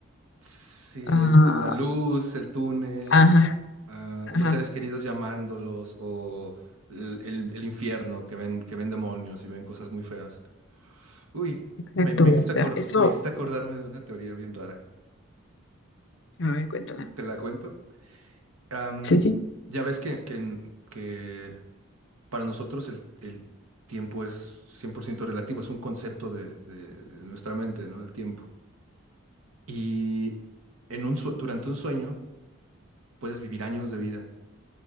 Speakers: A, on the right; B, on the left.
A: Sí,
B: ah,
A: el- el- la luz, el túnel,
B: ajá,
A: ah,
B: ajá,
A: los seres queridos llamándolos o el, el- el infierno que ven, que ven demonios y ven cosas muy feas. Uy,
B: exacto,
A: me, me hiciste
B: o sea,
A: acord-
B: eso,
A: me hiciste acordarme de una teoría bien rara.
B: a ver, cuéntala.
A: ¿Te la cuento? Am,
B: Sí, sí.
A: ya ves que, que, en- que para nosotros el, el tiempo es 100% relativo, es un concepto de, de nuestra mente, ¿no? El tiempo. Y en un, sue- durante un sueño puedes vivir años de vida